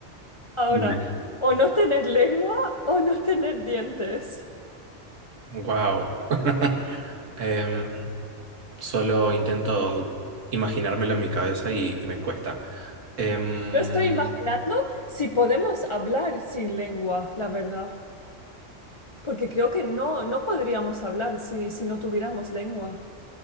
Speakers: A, on the left (about 35°); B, on the right (about 75°).
A: Ahora,
B: Dime.
A: o no tener lengua o no tener dientes.
B: Wow. <laughs> Em, solo intento imaginármelo en mi cabeza y, y me cuesta. Em,
A: Yo estoy imaginando si podemos hablar sin lengua, la verdad. Porque creo que no, no podríamos hablar si, si no tuviéramos lengua.